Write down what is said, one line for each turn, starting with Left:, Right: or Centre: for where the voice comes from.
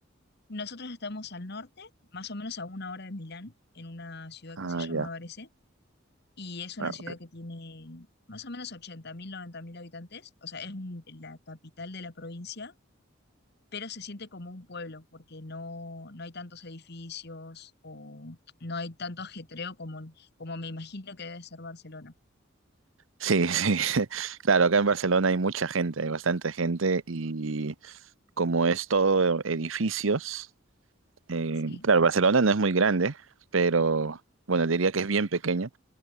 Left: Nosotros estamos al norte, más o menos a una hora de Milán, en una ciudad
Right: Ah,
Left: que se llama
Right: ya.
Left: Varese, y es una
Right: Ah,
Left: ciudad
Right: ok.
Left: que tiene más o menos 80.000, mil habitantes, o sea, es un- la capital de la provincia, pero se siente como un pueblo, porque no, no hay tantos edificios o no hay tanto ajetreo como, como me imagino que debe ser Barcelona.
Right: Sí, sí. <laughs> Claro, acá en Barcelona hay mucha gente, hay bastante gente y como es todo edificios, eh,
Left: Sí,
Right: claro, Barcelona no es muy grande, pero bueno, diría que es bien pequeña,